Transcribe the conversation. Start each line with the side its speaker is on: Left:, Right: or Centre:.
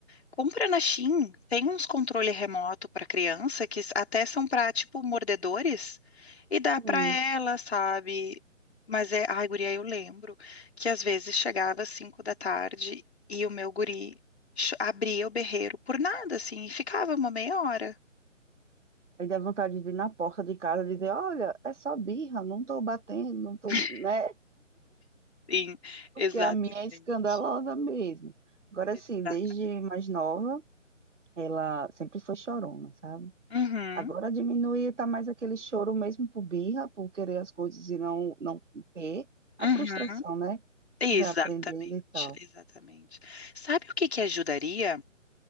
Left: Compra na Shein, tem uns controle remoto para criança que s- até são para tipo mordedores e dá para
Right: Hum.
Left: ela, sabe? Mas é, ai, guria, eu lembro que às vezes chegava às 5 da tarde e o meu guri ch- abria o berreiro por nada assim e ficava uma meia hora.
Right: Aí dá vontade de ir na porta de casa e dizer, olha, é só birra, não tô batendo, não tô,
Left: <laughs>
Right: né?
Left: Sim, exatamente.
Right: Porque a minha é escandalosa mesmo. Agora
Left: Exatamente.
Right: sim, desde mais nova, ela sempre foi chorona, sabe?
Left: Uhum,
Right: Agora diminui, tá mais aquele choro mesmo por birra, por querer as coisas e não, não ter. A
Left: uhum.
Right: frustração, né?
Left: Exatamente,
Right: Que vai aprendendo e tal.
Left: exatamente. Sabe o que que ajudaria?